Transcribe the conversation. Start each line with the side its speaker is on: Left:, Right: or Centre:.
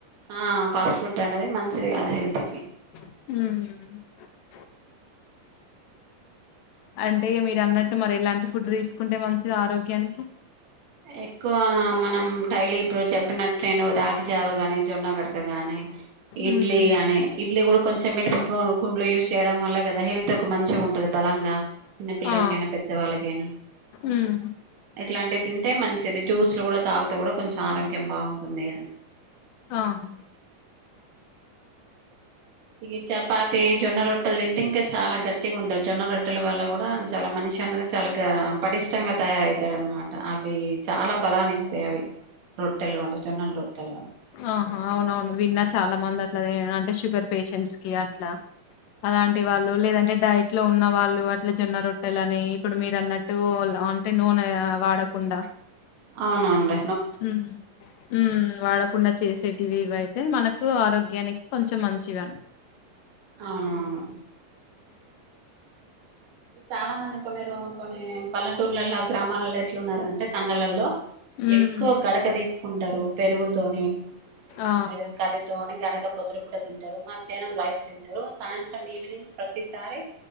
Right: ఆ ఫాస్ట్ ఫుడ్ అనేది మంచిది కాదు హెల్త్ కి
Left: మ్ హు అంటే ఇగ మీరన్నట్టు మరి ఎలాంటి ఫుడ్ తీసుకుంటే మంచిది ఆరోగ్యానికి
Right: ఎక్కువ మనం డైలీ ఇప్పుడు చెప్పినట్టు నేను రాగి జావగాని జొన్న కడుక గానీ ఇడ్లీ
Left: ఉమ్
Right: గాని ఇడ్లీ కూడా కొంచెం మినపప్పు గుండ్లు యూస్ చేయడం వల్ల కదా హెల్త్ కి మంచిగా ఉంటది బలంగా చిన్నపిల్లలకైనా
Left: ఆ
Right: పెద్దవాళ్ళకైనా
Left: ఉమ్
Right: ఎట్లాంటే అంటే మంచిది జ్యూస్లు కూడా తాగుతె కూడా కొంచెం ఆరోగ్యం బాగుంటుంది కదా
Left: అవును
Right: ఇగ చపాతి జొన్న రొట్టేల్ తింటే చాలా గట్టిగా ఉంటద్ జొన్న రొట్టెల వల్ల కూడా చాల మనిషి అనేది చాలా ఇగ పటిష్టంగా తయారయితాడ్ అనమా టా అవి చాలా బలాన్ని ఇస్తాయి అవి రొట్టెల వల్ల జొన్నలు రొట్టెల వల్ల
Left: ఆహా అవునవును విన్నా చాలా మంది అట్లా అంటే షుగర్ పేషెంట్స్ కి అట్లా అలాంటి వాళ్ళు లేదంటే డైట్ లో ఉన్న వాళ్ళు అట్ల జొన్న రొట్టెలు అని ఇప్పుడు మీరు అన్నట్టు అంటే నూనె ఆ వాడకుండా
Right: అవునాండి
Left: మ్ మ్ వాడకుండా చేసేటివి ఇవైతే మనకు ఆరోగ్యానికి కొంచెం మంచివి అన్
Right: అవునవును చాలా మంది కొన్ని రో కొన్ని పల్లెటూర్లలో గ్రామాలలో ఎట్లున్నారంటే తండలల్లో
Left: ఉమ్
Right: ఎక్కువ గడక తీసుకుంటారు పెరుగుతోని తీసుకునేద
Left: ఆ
Right: కర్రీతో ని గడుక పోదునా పూట తింటారు మధ్యాహ్నం రాయిస్ తింటారు సాయంత్రం ఈవనింగ్ ప్రతిసారి